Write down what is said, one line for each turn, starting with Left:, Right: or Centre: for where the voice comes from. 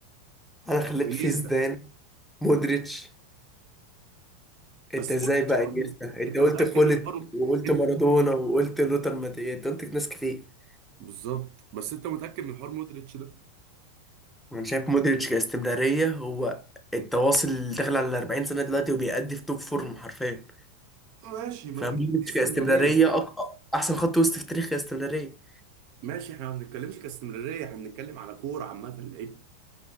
Centre: انا خليت
Right: وانيستا
Centre: فيه زيدان مودريتش انت
Right: بس
Centre: ازاي
Right: مودريتش
Centre: بقى
Right: برضه
Centre: انيستا انت
Right: انت
Centre: قلت
Right: متاكد
Centre: خلت
Right: من حوار
Centre: وقلت
Right: انت
Centre: مارادونا وقلت لوتر ماتياس انت قلت ناس كتير
Right: بالظبط بس انت متاكد من حوار مودريتش ده
Centre: وانا شايف مودريتش كاستمرارية هو التواصل اللي داخل على 40 سنة دلوقتي وبيأدي في توب فورم حرفيا
Right: ماشي ما
Centre: فمودريتش
Right: دي دي استمراريه
Centre: كاستمرارية أق... احسن خط وسط في تاريخ كاستمرارية
Right: ماشي احنا ما بنتكلمش كاستمراريه احنا بنتكلم على كوره عامه لعيب